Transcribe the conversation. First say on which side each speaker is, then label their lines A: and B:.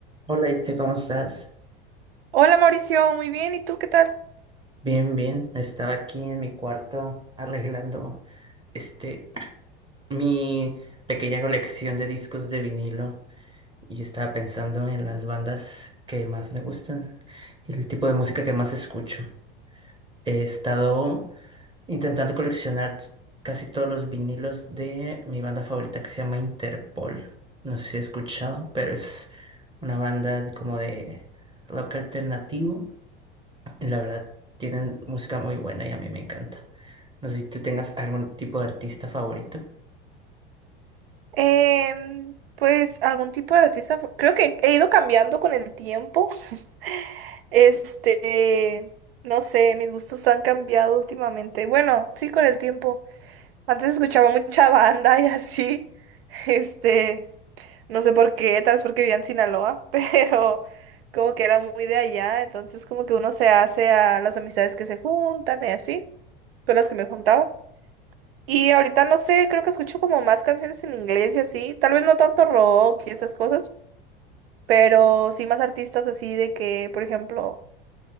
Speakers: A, on the right; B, on the right.
A: Hola, Itze, ¿cómo estás?
B: Hola Mauricio, muy bien, ¿y tú qué tal?
A: Bien, bien. Estaba aquí en mi cuarto arreglando este <clears throat> mi pequeña colección de discos de vinilo y estaba pensando en las bandas que más me gustan y el tipo de música que más escucho. He estado intentando coleccionar t- casi todos los vinilos de mi banda favorita que se llama Interpol. No sé si he escuchado, pero es una banda de- como de rock alternativo La verdad, tienen música muy buena y a mí me encanta. No sé si tú tengas algún tipo de artista favorito,
B: Em, pues algún tipo de artista, creo que he ido cambiando con el tiempo. <laughs> Este, no sé, mis gustos han cambiado últimamente. Bueno, sí, con el tiempo. Antes escuchaba mucha <laughs> banda y así. Este, no sé por qué, tal vez porque vivía en Sinaloa, <laughs> pero como que era muy de allá, entonces como que uno se hace a las amistades que se juntan y así, con las que me juntaba. Y ahorita no sé, creo que escucho como más canciones en inglés y así. Tal vez no tanto rock y esas cosas, pero sí más artistas así de que, por ejemplo,